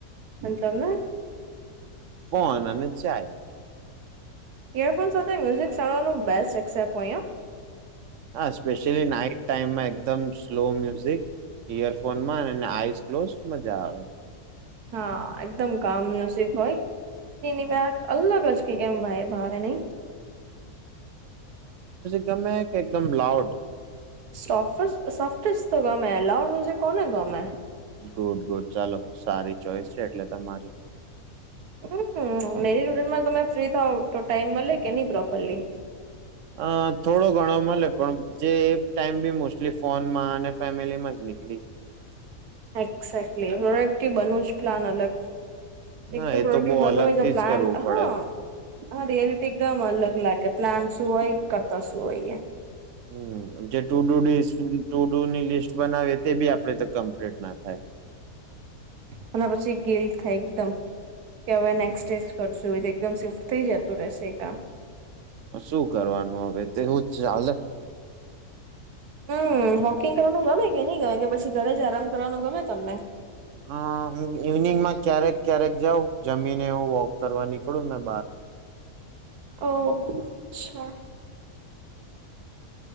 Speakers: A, on the right (about 80°); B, on the right (about 60°).
A: અને તમે?
B: ફોન અને ચાય.
A: ઈયરફોન સાથે મ્યુઝિક સાંભળવાનું બેસ્ટ એસેપ હોય અ.
B: હા સ્પેશ્યલી નાઈટ ટાઈમમાં એકદમ સ્લો મ્યુઝિક, ઈયરફોનમાં અને આઈ ક્લોસ મજા આવે.
A: હા એકદમ કામ મ્યુઝિક હોય તેની અલગ જ કે કેમ વાઈબ આવે નહી?
B: તમે કે એકદમ લાઉડ
A: સફ સોફ્ટ તો ગમે અલાવડ મુજ કોન ગમે?
B: ગુડ ગુડ ચાલો સારી ચોઈસ. છે એટલે તમારી
A: હમ મેરી રૂડનમાં તમે ફ્રી થાવ તો ટાઈમ મળે કે નહી પ્રોપરલી?
B: અહ થોડો ઘણો મળે, પણ જે ટાઈમ બી મોસ્ટલી ફોનમાં અને ફેમિલીમાં જ ની
A: એક્સેટલી હ કી બનું જ પ્લાન અલગ. એકદમ
B: હા એ
A: પ્રોડક્ટિવ
B: તો બહુ
A: બનવું
B: અલગ
A: હોય
B: થી
A: પ્લાન
B: જ કરવું પડે
A: હા-હા રિયાલિટી એકદમ અલગ લાગે પ્લાન શું હોય કરતાં શું હોય. <unintelligible>
B: હમ્મ જે ટુ ડુ ડી સ ટુ ડુ ની લિસ્ટ બનાવે તે બી આપડે તે કમ્પ્લીટ ના થાય.
A: અને પછી ગિલ્ટ થાય એકદમ, કે હવે નેક્સ્ટેજ કરશું એકદમ શિફ્ટ થઇ જતું રેશે એ કામ.
B: શું કરવાનું હવે તેવું જ ચાલે.
A: હમ્મ. વોકિંગ કરવાનું ગમે કે નહી ગમે કે પછી ઘરે જ આરામ કરવાનું ગમે તમને?
B: હા હું ઇવનિંગમાં ક્યારેક ક્યારેક જાઉ જમીને એવું વોક કરવા નીકળું મેં બાર.
A: ઓ અચ્છા.